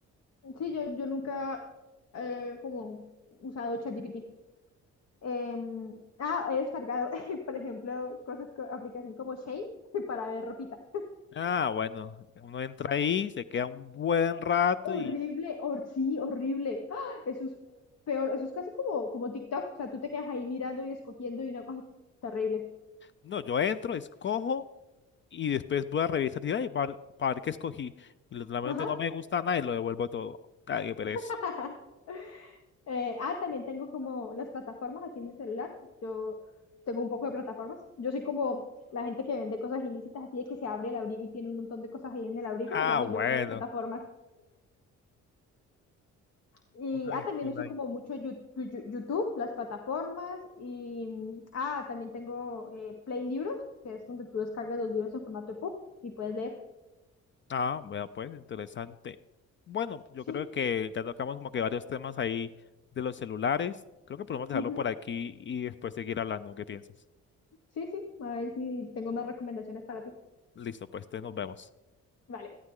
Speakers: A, on the left; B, on the left.
A: Sí, yo, yo nunca eh, como usado ChatGPT. Em, ah, he descargado, <laughs> por ejemplo, cosas, co- aplicación como Shane <laughs> para ver ropita.
B: Ah, bueno, uno entra ahí, se queda un buen rato
A: <laughs> Horrible, hor- sí, horrible. ¡Ah! Eso es peor, eso es casi como, como TikTok. O sea, tú te quedas ahí mirando y escogiendo y una cosa terrible.
B: No, yo entro, escojo y después voy a revisar y ay, para, para ver qué escogí. Y lo- realmente
A: Ajá.
B: no me gusta nada y lo devuelvo todo. Ay, qué pereza.
A: <laughs> Eh, ah, también tengo como las plataformas aquí en el celular. Yo tengo un poco de plataformas. Yo soy como la gente que vende cosas ilícitas, así de que se abre el abrigo y tiene un montón de cosas ahí en el abrigo.
B: Ah,
A: Esa soy
B: bueno.
A: yo con las plataformas. Y
B: Una adicción
A: ah, también uso
B: ahí.
A: como mucho Yu- Yu- YouTube, las plataformas. Y mm, ah, también tengo eh, Play Libros, que es donde tú descargas los libros en formato EPUB y puedes leer.
B: Ah, bueno, pues interesante. Bueno, yo
A: Sí,
B: creo que ya tocamos como que varios temas ahí de los celulares. Creo que podemos dejarlo
A: ujú,
B: por aquí y después seguir hablando. ¿Qué piensas?
A: Sí, sí. A ver si tengo más recomendaciones para ti.
B: Listo, pues, entonces nos vemos.
A: Vale.